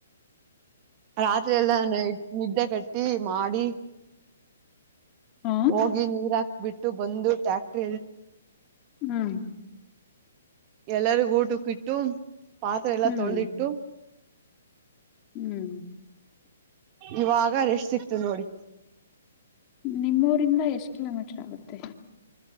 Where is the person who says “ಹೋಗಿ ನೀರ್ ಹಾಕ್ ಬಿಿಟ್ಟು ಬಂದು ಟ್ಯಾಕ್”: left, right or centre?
Right